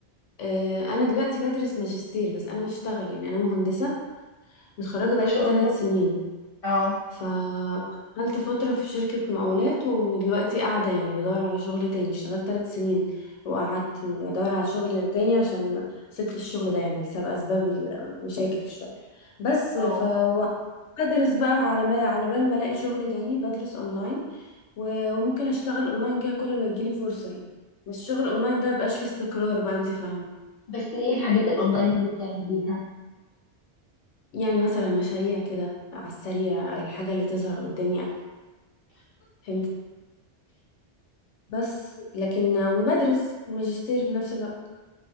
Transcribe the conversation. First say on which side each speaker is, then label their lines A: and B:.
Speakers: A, on the left; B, on the left.
A: آه انا دلوقتي بدرس ماجستير بس انا بشتغل يعني انا مهندسه متخرجه
B: ما
A: بقالي
B: شاء
A: ثلاث
B: الله
A: سنين
B: اه
A: فاشتغلت فترة في شركة مقاولات ودلوقتي قاعدة يعني بدور على شغل تاني اشتغلت ثلاث سنين وقعدت بدور على شغل تاني عشان سبت الشغل ده يعني بسبب أسباب المشاكل في الشغل بس
B: اه
A: ف و- بدرس بقى على ما على بال ما الاقي شغل تاني بدرس اونلاين و- وممكن اشتغل اونلاين كده كل ما تجيلي فرصة يعني بس الشغل اونلاين ده مبقاش فيه استقرار بقى انت فاهمة
B: بس ايه الحاجات الاونلاين اللي بتعمليها
A: يعني مثلا مشاريع كده على السريع الحاجة اللي تظهر قدامي فهمت بس لكن وبدرس الماجستير في نفس الوقت